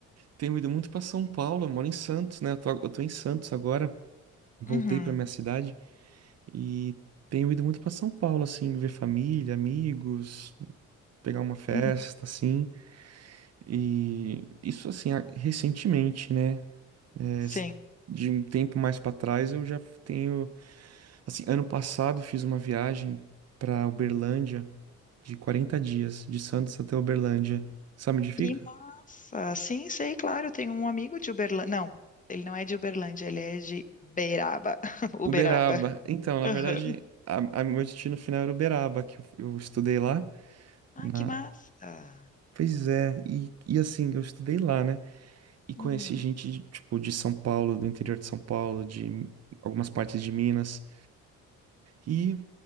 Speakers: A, on the right; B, on the left.
A: tenho ido muito pra São Paulo, eu moro em Santos, né? Eu tô, eu tô em Santos agora, voltei
B: Uhum,
A: pra minha cidade e tenho ido muito pra São Paulo, assim, ver família, amigos, pegar uma festa,
B: uhum.
A: assim. E isso, assim, a- recentemente, né? É,
B: Sim.
A: De um tempo mais pra trás, eu já tenho. Assim, ano passado fiz uma viagem pra Uberlândia. de 40 dias, de Santos até Uberlândia. Sabe onde fica?
B: Que massa. Sim, sei, claro. Eu tenho um amigo de Uberlândia. Não, ele não é de Uberlândia, ele é de Beraba. <laughs> Uberaba.
A: Uberaba. Então, na
B: Aham.
A: verdade, a, a meu destino final era Uberaba, que eu, eu estudei lá
B: Ah,
A: na.
B: que massa.
A: Pois é, e, e assim, eu estudei lá, né? E conheci
B: Uhum,
A: gente, de, tipo, de São Paulo, do interior de São Paulo, de algumas partes de Minas. E